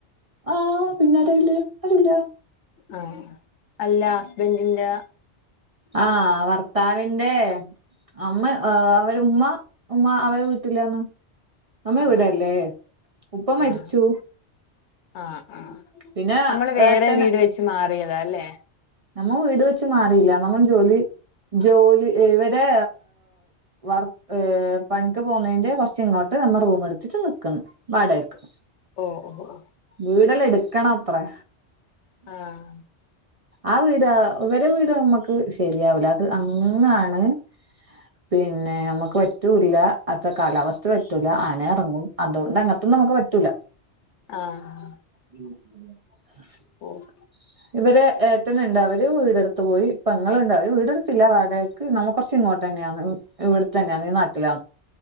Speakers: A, on the right (about 40°); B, on the left (about 80°).
A: ആഹ്‌ പിന്നെ അതയില്ലേ അതില്ല
B: ആഹ്‌ അല്ല ഹസ്ബന്റിന്റെ
A: ആഹ് ഭർത്താവിന്റെ അമ്മ അവര് ഉമ്മ ഉമ്മ അവരെ വീറ്റില്ലന്ന് നമ്മ
B: ആഹ്
A: ഇവിടല്ലേ ഉപ്പ മരിച്ചു
B: ആഹ് ആഹ് ആഹ്
A: പിന്നെ
B: നമ്മള് വേറെ
A: എട്ടന്
B: വീട് വെച്ച് മാറിയതാ അല്ലേ
A: നമ്മ വീട് വെച്ച് മാറിയില്ല നമ്മ ജോലി ജോലി ഇവരെ വർ പണിക്ക് പോകുന്നതിന്റെ കുറച്ച് ഇങ്ങോട്ട് നമ്മ റൂം എടുത്തിട്ട് നിൽക്കുന്നു വാടെക്ക്
B: ഓ ഓ ഓ
A: വീടല്ലാ എടുക്കണ അത്രേ
B: ആഹ്‌
A: ആ വീട് വരെ വീട് നമ്മക്ക് ശരിയാവുല അത് അങ്ങാണ് പിന്നെ നമ്മുക്ക് പറ്റൂല്ല അത്ത കാലാവസ്ഥ പറ്റൂല ആന ഇറങ്ങും അതുകൊണ്ട് അങ്ങനൊന്നും നമ്മുക്ക് പറ്റൂല
B: ആഹ്‌
A: <unintelligible> <unintelligible>
B: <unintelligible>
A: ഇവരെ ഏട്ടന്ണ്ടല് വര് വീട്ടുത്ത് പോയി പെങ്ങൾണ്ട് അയി വീടെടുത്തില്ല വാടകക്ക് നമെ കൊർച് ഇങ്ങോട്ടെന്നെയാണ് ഇവിടെത്തന്നെയാ ഈ നട്ടിലാ